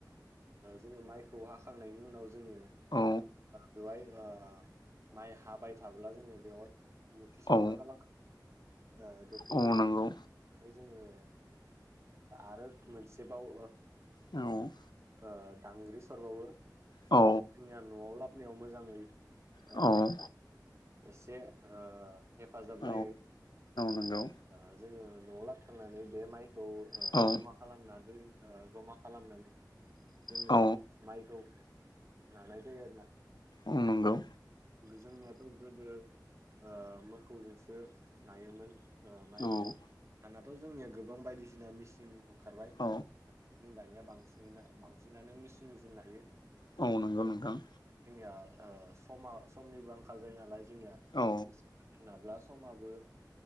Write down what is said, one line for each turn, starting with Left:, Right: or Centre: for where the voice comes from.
Right: जोङो माइखौ हाखांनायनि उनाव जोङो
Left: औ
Right: बेवहाय माइ हाबाय थाब्ला जोङो बेवहाय मुरथि सरना
Left: औ
Right: गालां ओ बेखौ
Left: औ
Right: जोङो
Left: नंगौ
Right: जोङो आरो मोनसेबाव
Left: औ
Right: ओ दांग्रि सरबावो
Left: औ
Right: जोंनिया न'आव लाबनायाव मोजाङै
Left: औ
Right: ओ एसे ओ हेफाजाब
Left: औ
Right: जायो।
Left: नंगौ
Right: ओ जोङो न'आव लाबखांनानै बे माइखौ ओ
Left: औ
Right: जमा खालामना ओ ज जमा खालामनानै जोङो
Left: औ
Right: माइखौ नानाय जायो आरोना
Left: औ नंगौ
Right: जोंनियाथ' गोदो ओ मोखौजोंसो नायोमोन। ओ माइफोरखौ
Left: औ
Right: दानाथ' जोंनिया गोबां बायदिसिना मिसिं ओंखारबाय।
Left: औ
Right: जों दानिया बांसिन बांसिनानो मेसिन जों नायो <unintelligible>
Left: औ नंगौ नोंथां
Right: जोंनिया ओ समा समनिबो आंखाल जायो नालाय जोंनिया
Left: औ
Right: मोसौजों नाब्ला समाबो